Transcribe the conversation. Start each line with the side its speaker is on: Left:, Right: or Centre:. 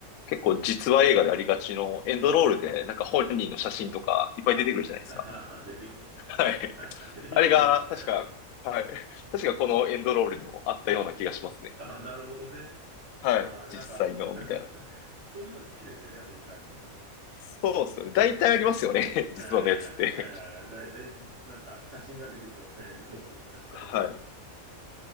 Left: 結構実話映画でありがちのエンドロールで、
Right: はい。
Left: なんか本人の写真とかいっぱい出てくるじゃないですか。
Right: あ、あー出てきますね。
Left: はい。
Right: <laughs>
Left: あれが、
Right: よく出てきた。
Left: 確か、はい。確かこのエンドロールにもあったような気がしますね。
Right: あ、なるほどね。
Left: はい。
Right: あ、なんか
Left: 実際の、みたいな。
Right: <laughs> そういうの好きですよね、アメリカ人はね。
Left: そうですよね。大体ありますよね。<laughs> 実話のやつって。
Right: えー、えー、大体じ、なんか写真が出てきますね、エンドロールに、確かに。
Left: はい。